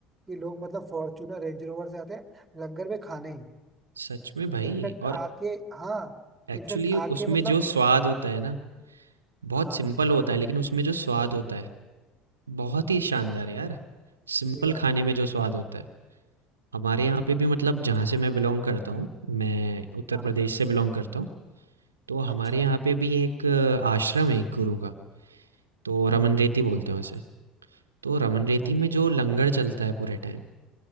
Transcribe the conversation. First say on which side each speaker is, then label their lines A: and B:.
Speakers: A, on the right; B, on the right.
A: कि लोग मतलब फॉर्चूनर रेंज रोवर से आते हैं लंगर में खाने
B: सच में भाई
A: इनफैक्ट
B: और
A: आके हाँ
B: एक्चुअली
A: इनफैक्ट आके
B: उसमें
A: मतलब
B: जो स्वाद होता है ना बहुत
A: हाँ
B: सिंपल होता है लेकिन उसमें जो स्वाद होता है बहुत ही शानदार है यार
A: सही
B: सिंपल
A: बात
B: खाने
A: है
B: में जो स्वाद होता है हमारे यहाँ पे भी मतलब जहाँ से मैं बिलोंग करता हूँ मैं उत्तर
A: हाँ
B: प्रदेश से बिलोंग करता हूँ तो हमारे
A: अच्छा
B: यहाँ पे भी एक अ, आश्रम है एक गुरु का तो रमन रेती बोलते हैं उसे तो रमन
A: अच्छा
B: रेती में जो लंगर चलता है पूरे टाइम